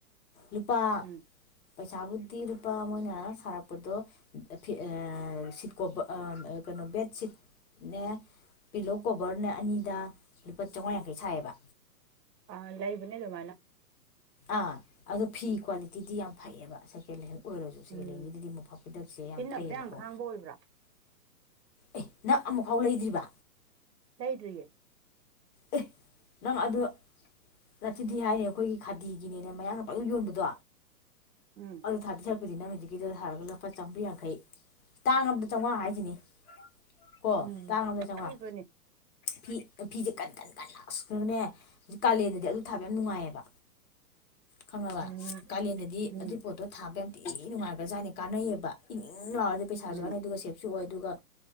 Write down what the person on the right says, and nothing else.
ꯎꯝ
ꯑ ꯂꯩꯕꯅꯦ ꯗꯨꯃꯥꯏꯅ
ꯎꯝ
ꯁꯤꯖꯤꯟꯅꯕꯗ
ꯈꯥꯡꯕ ꯑꯣꯏꯕ꯭ꯔꯥ
ꯂꯩꯗ꯭ꯔꯤꯌꯦ
ꯎꯝ
ꯎꯝ
ꯄꯤꯕꯅꯦ
ꯎꯝ
ꯎꯝ
ꯎꯝ